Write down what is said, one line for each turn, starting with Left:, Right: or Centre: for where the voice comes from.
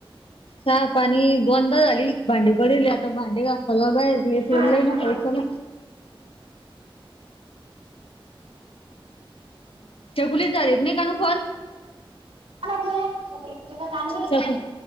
Left: साप आणि द्ंद झाली भांडे पडेले आता भांडे घासायला बाहेरले चोरलाय
Right: हा.
Left: ना. हो.
Right: ह <inaudible>
Left: त्यागुलीस दार एक नाही कानूकन..
Right: ोकल्याचे का कानई
Left: चकू